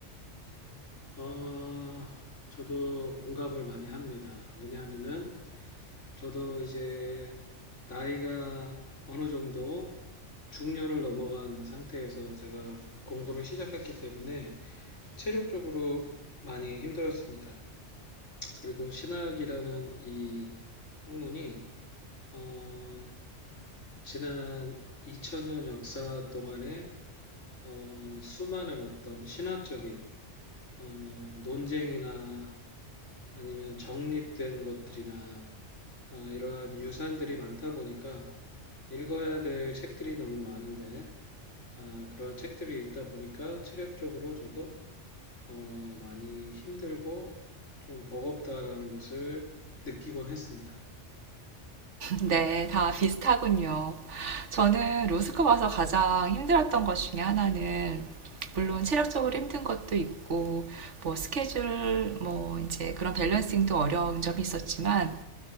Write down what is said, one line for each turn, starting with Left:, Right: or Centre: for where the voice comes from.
Left: 어, 저도 공감을 많이 합니다. 왜냐하면은 저도 이제 나이가 어느 정도 중년을 넘어간 상태에서 제가 공부를 시작했기 때문에 체력적으로 많이 힘들었습니다. 그리고 신학이라는 이 학문이 어, 지난 2000년 역사 동안에 어, 수많은 어떤 신학적인 어, 논쟁이나 아니면 정립된 것들이나 아, 이러한 유산들이 많다 보니까 읽어야 될 책들이 너무 많은데 아, 그러한 책들을 읽다 보니까 체력적으로 저도 어, 많이 힘들고 좀 버겁다라는 것을 느끼곤 했습니다.
Right: 네, 다 비슷하군요. 저는 로스쿨 와서 가장 힘들었던 것 중에 하나는 물론 체력적으로 힘든 것도 있고 뭐 스케줄 뭐 이제 그런 밸런싱도 어려운 점이 있었지만